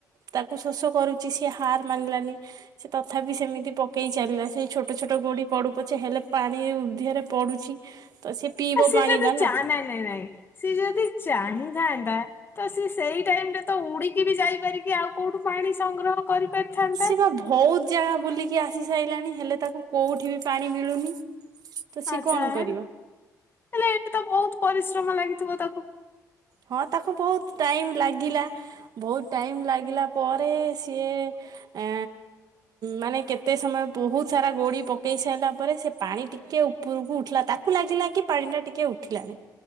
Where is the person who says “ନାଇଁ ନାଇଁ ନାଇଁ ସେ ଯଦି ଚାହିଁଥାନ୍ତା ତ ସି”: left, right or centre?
Left